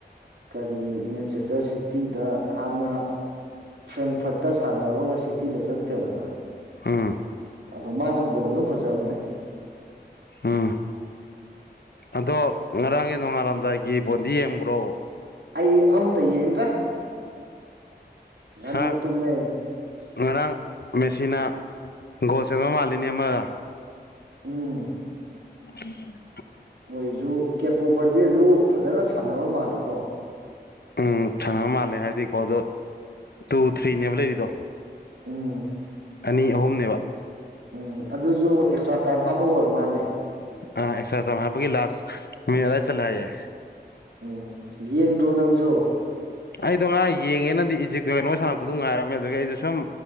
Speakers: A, on the right; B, on the left.
A: ꯑꯗꯒꯤ ꯃꯦꯟꯆꯦꯁꯇꯔ ꯁꯤꯇꯤꯗ ꯍꯥꯟꯅ ꯐ꯭ꯔꯦꯡꯐꯔꯠꯇ ꯁꯥꯟꯅꯔꯝꯃꯒ ꯁꯤꯇꯤꯗ ꯆꯠꯈ꯭ꯔꯦꯗꯅ
B: ꯑ ꯎꯝ
A: ꯑꯗꯣ ꯃꯥꯁꯨ ꯕꯣꯠ ꯑꯗꯨꯝ ꯐꯖꯕꯅꯦ
B: ꯑꯝ ꯑꯗꯣ ꯉꯔꯥꯡꯒꯤ ꯅꯣꯡꯉꯥꯜꯂꯝꯗꯥꯏꯒꯤ ꯕꯣꯟꯗꯤ ꯌꯦꯡꯕ꯭ꯔꯣ
A: ꯑꯩ ꯑꯃꯝꯇ ꯌꯦꯡꯗ꯭ꯔꯦ ꯉꯟꯅ
B: ꯉꯔꯥꯡ
A: ꯇꯨꯝꯃꯦ
B: ꯉꯔꯥꯡ ꯃꯦꯆꯤꯟꯅ ꯒꯣꯜ ꯆꯪꯕ ꯃꯥꯜꯂꯤꯅꯤ ꯑꯃꯗ
A: ꯎꯝ
B: ꯎꯝ
A: ꯃꯣꯏꯁꯨ ꯀꯦꯄꯣ ꯕꯔꯗꯦꯁꯨ ꯐꯖꯅ ꯁꯥꯟꯅꯕ ꯃꯥꯜꯂꯤꯀꯣ
B: ꯎꯝ ꯁꯅꯕ ꯃꯥꯜꯂꯦ ꯍꯥꯏꯔꯗꯤꯀꯣ ꯑꯗꯣ ꯇꯨ ꯊ꯭ꯔꯤꯅꯦꯕ ꯂꯩꯔꯤꯗꯣ
A: ꯎꯝ
B: ꯑꯅꯤ ꯑꯍꯨꯝꯅꯦꯕ
A: ꯎꯝ ꯑꯗꯨꯁꯨ ꯑꯦꯛꯁꯇ꯭ꯔꯥ ꯇꯥꯏꯝ ꯍꯥꯞꯄꯒ ꯑꯣꯏꯔ ꯃꯥꯜꯂꯦ
B: ꯑ ꯑꯦꯁꯥ ꯋꯥꯍ ꯄꯒꯤ ꯂꯥꯁ ꯃꯗ ꯆꯜꯂꯦ
A: ꯎꯝ ꯌꯦꯡꯗ꯭ꯔꯣ ꯅꯪꯁꯨ
B: ꯑꯩꯗꯣ ꯉꯥꯏ ꯌꯦꯡꯉꯦꯅꯗꯤ ꯏꯖꯤꯞꯀꯤ ꯅꯣ ꯁꯥꯟꯅꯕꯛꯇ ꯑꯗꯨꯝ ꯉꯥꯏꯔꯝꯃꯦ ꯑꯗꯨꯗꯒꯤ ꯑꯩꯗꯣ ꯁꯨꯝ